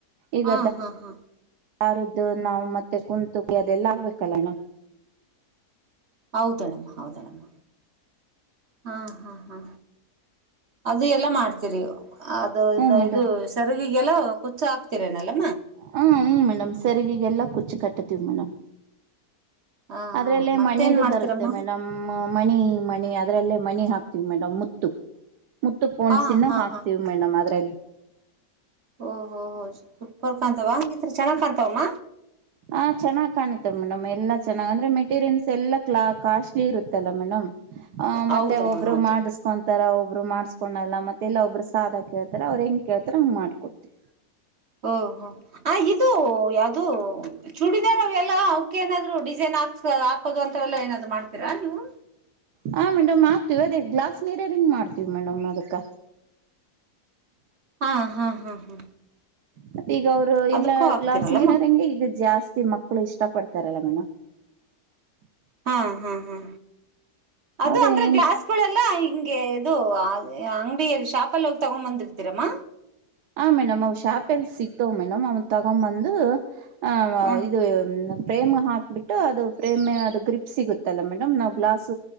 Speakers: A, on the right (about 85°); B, on the right (about 50°).
A: ಈಗ
B: ಹಾ ಹಾ ಹಾ
A: ದಾರದ್ದು ನಾವು ಮತ್ತೆ ಕುಂತುಕಿ ಅದೆಲ್ಲ ಆಗ್ಬೇಕಲ್ಲ ಹಿನಾ.
B: ಹೌದಳಮ್ಮ ಹೌದೆಳಮ್ಮ. ಹಾ ಹಾ ಹಾ ಅದು ಎಲ್ಲ ಮಾಡ್ತೀರಿ. ಅದು ಇದ
A: ಹ್ಮ್ ಮೇಡಮ್
B: ಇದು ಸೆರಗಿಗೆಲ್ಲ ಕುಚ್ಚು ಹಾಕ್ತಿರೆನಲ್ಲ ಮೇ
A: ಹ್ಮ ಹ್ಮ್ ಮೇಡಮ್ ಸೆರಿಗಿಗೆಲ್ಲ ಕುಚ್ಚ ಕಟ್ಟತೀವಿ ಮೇಡಮ್.
B: ಹಾ
A: ಅದ್ರಲ್ಲೇ
B: ಮತ್ತೇನ್
A: ಮಣಿದು
B: ಮಾಡ್ತೀರಮ್ಮ
A: ಬರುತ್ತೆ ಮೇಡಮ್ ಮ್ ಮಣಿ. ಮಣಿ ಅದ್ರಲ್ಲೇ ಮಣಿ ಹಾಕ್ತೀವಿ ಮೇಡಮ್ ಮುತ್ತು. ಮುತ್ತು ಪೋಣ್ಸಿನ
B: ಹಾ ಹಾ
A: ಹಾಕ್ತಿವಿ
B: ಹಾ
A: ಮೇಡಮ್ ಅದರಲ್ಲಿ.
B: ಓಹೋ ಸೂಪರ್ ಕಾಂತವ್ ಹಂಗಿದ್ರ ಚೆನ್ನಾಗ್ ಕಾಂತವಮ್ಮ.
A: ಹ ಚೆನ್ನಾಗ ಕಾಣುತ್ತ ಮೇಡಮ್ ಎಲ್ಲಾ ಚೆನ್ನಾಗ್ ಅಂದ್ರೆ ಮೆಟೀರಿಯಲ್ಸ್ ಎಲ್ಲಾ ಕ್ಲಾ ಕಾಸ್ಲಿ ಇರತ್ತಲ್ಲಾ ಮೇಡಮ್ ಹ
B: ಹೌದಮ್ಮ
A: ಮತ್ತೆ ಒಬ್ರು
B: ಹೌದು
A: ಮಾಡಸಕೊಂತ ತರ ಒಬ್ರು ಮಾಡ್ಸ್ಕೊಂಡಲ್ಲ ಮತ್ತೆ ಇಲ್ಲಾ ಒಬ್ರು ಸಾದ ಕೇಳ್ತಾರ ಅವ್ರು ಹೆಂಗ್ ಕೇಳ್ತಾರ ಹಂಗ್ ಮಾಡ್ಕೊಡ್ತಿವಿ.
B: ಓ ಹೋ ಆ ಇದು ಯಾವ್ದು ಚೂಡಿದಾರ್ ಅವೆಲ್ಲ ಅವ್ಕೆ ಏನಾದ್ರು ಡಿಸೈನ್ <unintelligible> ಹಾಕೋದು ಅಂತವೆಲ್ಲ ಏನಾದ್ರ ಮಾಡ್ತೀರಾ ನೀವು.
A: ಹಾ ಮೇಡಮ್ ಹಾಕ್ತೀವಿ ಅದೇ ಗ್ಲಾಸ್ ಮೀರೆರಿಂಗ್ ಮಾಡ್ತೀವಿ ಮೇಡಮ್ ಅದಕ್ಕ.
B: ಹಾ ಹಾ ಹಾ ಹಾ
A: ಮತ್ತೆ ಈಗ ಅವ್ರು ಇಲ್ಲ
B: ಅದಕ್ಕೂ ಆಗ್ತಿರಲ್ಲಮ್ಮ
A: ಗ್ಲಾಸ್ ಮೀರರಿಂಗೆ ಈಗ ಜಾಸ್ತ ತಿ ಮಕ್ಳು ಇಷ್ಟ ಪಡ್ತಾರಲ್ಲ ಮೆನು <unintelligible>
B: ಹಾ ಹಾ ಹಾ ಅದು
A: ಅವ್ರ
B: ಅಂದ್ರೆ
A: ಹೆಂಗ್
B: ಗ್ಲಾಸ್ಗೋಳೆಲ್ಲ ಹಿಂಗೆ ಇದು. ವಾವೆ ಏ ಅಂಗಡಿಯಲ್ಲಿ ಶಾಪಲ್ಲ ಹೋಗ್ ತೋಗೊಂಡ್ ಬಂದಿರ್ತೀರಮ್ಮ.
A: ಆ ಮೇಡಮ್ ಅವು ಶಾಪ್ ಎಲ್ ಸಿಗ್ತಾವ್ ಮೇಡಮ್ ಅವನ್ ತಗೊಂಬಂದ. ಹ ವ
B: ಹ್ಮ್
A: ಇದು ಫ್ರೇಮ್ ಹಾಕ್ಬಿಟ್ಟು ಅದು ಪ್ರೇಮ್ ಅದು ಗ್ರಿಪ್ ಸಿಗುತ್ತಲ್ಲ ಮೇಡಮ್ ನಾವು ಗ್ಲಾಸ್